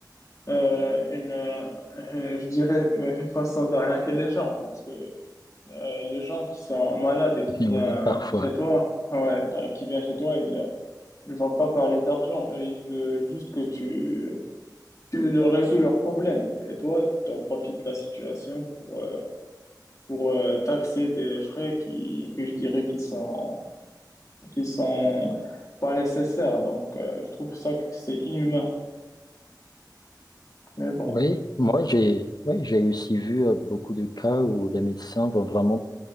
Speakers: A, on the left; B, on the left.
A: euh, une, euh, euh, je dirais, une façon d'arnaquer les gens. Parce que euh, les gens qui sont malades et qui
B: <laughs>
A: viennent
B: Oui, parfois.
A: chez toi, ouais, ben, qui viennent chez toi, ils ne vont pas parler d'argent. Eux, Ils veulent juste que tu, tu leur résous leurs problèmes. Et toi, tu en profites de la situation pour, euh, pour euh, taxer des frais qui, que je dirais qui sont qui sont pas nécessaires. Donc, euh, je trouve ça que c'est inhumain. Mais bon,
B: Oui, moi j'ai ouais, j'ai aussi vu euh, beaucoup de cas où les médecins vont vraiment